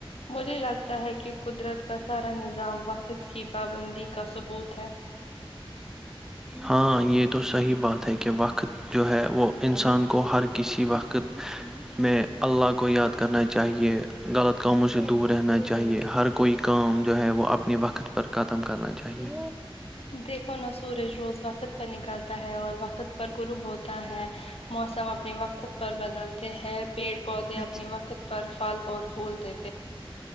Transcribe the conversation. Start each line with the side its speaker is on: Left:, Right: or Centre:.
Left: مجھے لگتا ہے کہ قدرت کا سارا نظام وقت کی پابندی کا ثبوت ہے
Centre: ہاں یہ تو صحیح بات ہے کہ وقت جو ہے وہ انسان کوو ہر کسی وقت میں اللہ کو یاد کرنا چاہیے غلط کاموں سے دور رہنا چاہیے ہر کوئی کام جو ہے وہ اپنے وقت پر ختم کرنا چاہیے
Left: دیکھو نا سورج روز وقت پر نکلتا ہے اور وقت پر گروب ہوتا ہے موسم اپنے وقت پر بدلتے ہیں پیڑ پودے اپنے
Centre: پ
Left: وقت پر پھل اور بول دیا